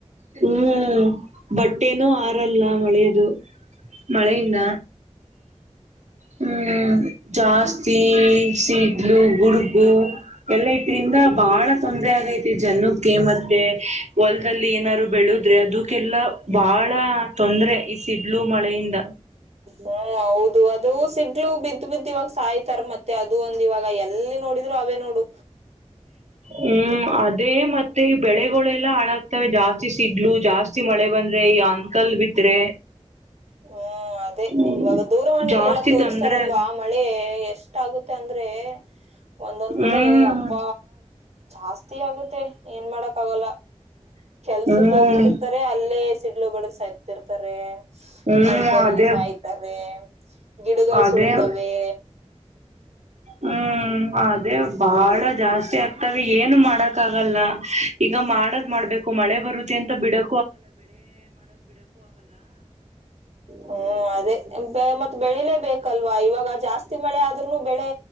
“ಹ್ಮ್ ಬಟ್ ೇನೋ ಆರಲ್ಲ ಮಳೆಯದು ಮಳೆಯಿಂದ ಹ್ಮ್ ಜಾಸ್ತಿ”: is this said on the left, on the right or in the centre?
Right